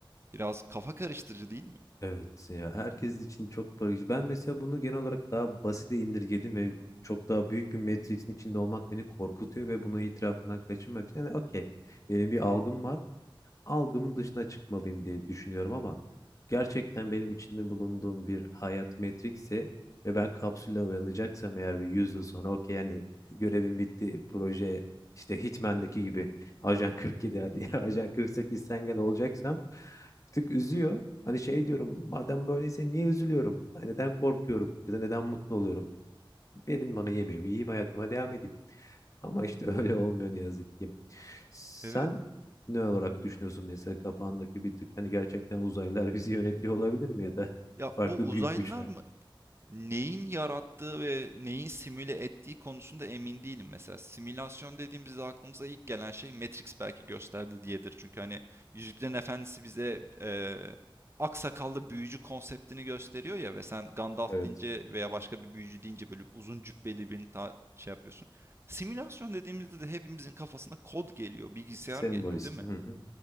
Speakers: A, on the right (about 30°); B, on the left (about 35°).
A: Biraz kafa karıştırıcı değil mi?
B: Evet ya herkes için çok farklı. Ben mesela bunu genel olarak daha basite indirgedim ve çok daha büyük bir Matrix'in içinde olmak beni korkutuyor ve bunu itirafından kaçınmak için. Yani okey benim bir algım var algımın dışına çıkmalıyım diye düşünüyorum ama gerçekten benim içinde bulunduğum bir hayat metrikse ve ben kapsülle uyanacaksam eğer bir 100 yıl sonra okey yani görevim bitti proje işte Hitman'daki gibi Ajan 47 hadi
A: Hı hı.
B: <laughs> Ajan 48 sen gel olacaksam bir tık üzüyor. Hani şey diyorum madem böyleyse niye üzülüyorum? Hani Neden korkuyorum ya da neden mutlu oluyorum? Verin bana yemeğimi, yiyeyim hayatıma devam edeyim. Ama işte <laughs> öyle olmuyor ne yazık ki. Sen
A: Evet.
B: ne olarak düşünüyorsun mesela kafandaki bir tık hani gerçekten uzaylılar <laughs> bizi yönetiyor olabilir mi ya da
A: Ya
B: farklı
A: bu uzaylılar
B: büyük güçler?
A: mı Neyin yarattığı ve neyin simüle ettiği konusunda emin değilim. Mesela simülasyon dediğimizde aklımıza ilk gelen şey Matrix belki gösterdi diyedir. Çünkü hani Yüzüklerin Efendisi bize eee aksakallı büyücü konseptini gösteriyor ya ve sen Gandalf
B: Evet.
A: deyince veya başka bir büyücü deyince böyle uzun cübbeli birini ta- şey yapıyorsun. Simülasyon dediğimizde de hepimizin kafasına kod geliyor, bilgisayar
B: Sembolist.
A: geliyor değil mi?
B: Hı hı.